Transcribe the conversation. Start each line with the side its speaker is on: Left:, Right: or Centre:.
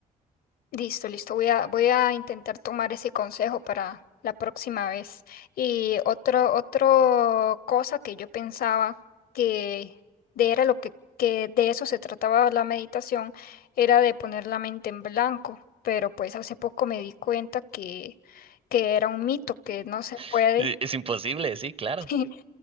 Left: Listo, listo. Voy a, voy a intentar tomar ese consejo para la próxima vez. Y otro, otro cosa que yo pensaba que de era lo que, que de eso se trataba la meditación, era de poner la mente en blanco. Pero pues hace poco me di cuenta que, que era un mito, que no se puede.
Right: <laughs> Es imposible, sí, claro.
Left: <laughs>